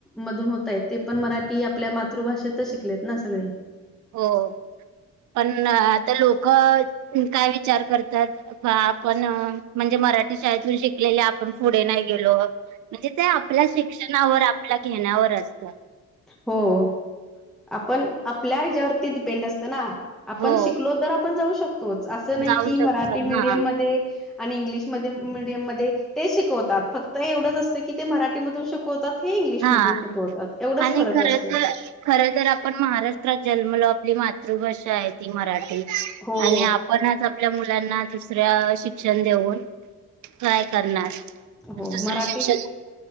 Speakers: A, in the centre; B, on the right.
A: मधून होतात. ते पण मराठी आपल्या मातृभाषेतच शिकलेत ना? सगळे.
B: हो. पण आता लोक काय विचार करतात. ह आपण म्हणजे मराठी शाळेतून शिकलेले, आपण पुढे नाही गेलो. म्हणजे ते आपल्या शिक्षणावर, आपल्या घेण्यावर असतं.
A: हो. आपण, आपल्या हयाच्यावरती डिपेंड असतं ना. आपण
B: हो
A: शिकलो तर, आपण जाऊ शकतोच, असं नाही
B: जाऊ
A: की, मराठी
B: शकतो
A: मीडियम
B: हा
A: मध्ये आणि इंग्लिशमध्ये मीडियम मध्ये ते शिकवतात. फक्त एवढंच असतं की ते मराठीमधून शिकवतात. हे इंग्लिश
B: हा
A: मधून शिकवतात. एवढाच
B: आणि
A: फरक
B: खर
A: असतो.
B: तर खर तर आपण महाराष्ट्रात जन्मलो आपली मातृभाषा आहे ती मराठी
A: हो,
B: आणि आपण आज आपल्या मुलांना, दुसऱ्या शिक्षण देऊन ट्राय करणार
A: हो.
B: दुसरं
A: मराठी
B: शिक्षण